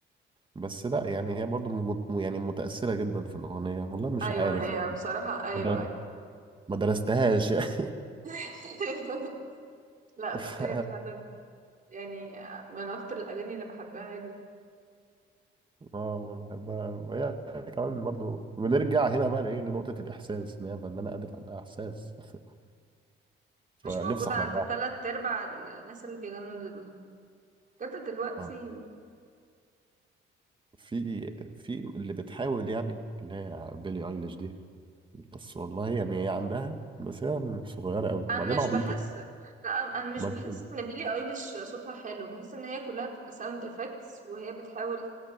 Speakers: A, on the right; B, on the right.
A: بس لا يعني هي برضو مت... يعني متأثرة جدا في الأغنية والله مش
B: ايوه
A: عارف
B: هي
A: يعني
B: بصراحة ايوه
A: ما در-
B: ايوه
A: ما درستهاش يعني <laughs>
B: <laughs> لا بس
A: ف...
B: هي فعلا يعني من اكتر الاغاني اللي بحبها لي
A: اه ما بحبها وهي كمان برضو بنرجع هنا بقى لإيه لنقطة الإحساس إن هي فنانة قادرة عندها إحساس <laughs>
B: مش
A: فنفسي
B: موجودة
A: أحضر
B: عند
A: بقى
B: تلات ارباع الناس اللي بيغنوا دلوقتي بجد دلوقتي
A: اه في في اللي بتحاول يعني اللي هي بيلي ايليش دي بس والله يعني هي عندها بس هي صغيرة قوي وبعدين
B: انا مش
A: عبيطة
B: بحس لا انا أنا مش
A: مجنونة
B: بحس ان بيلي ايليش صوتها حلو بحس ان هي كلها بتبقى ساوند افكتس وهي بتحاول